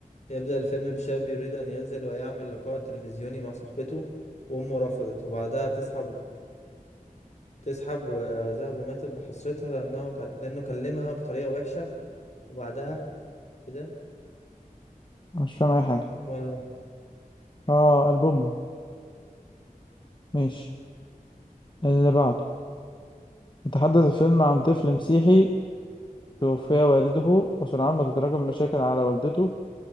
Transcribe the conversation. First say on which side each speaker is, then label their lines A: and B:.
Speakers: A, on the left; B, on the left.
A: يبدأ الفيلم بشاب يريد أن ينزل ويعمل لقاء تلفزيوني مع صاحبته وأمه رفضت وبعدها تسحب تسحب وذهب وماتت بحسرتها لأنه كان لأنه كلمها بطريقة وحشة وبعدها كده
B: أنا مش فاهم أي حاجة
A: مرة
B: اه ألبوم أمه. ماشي اللي بعده يتحدث الفيلم عن طفل مسيحي توفي والده وسرعان ما تتراكم مشاكل على والدته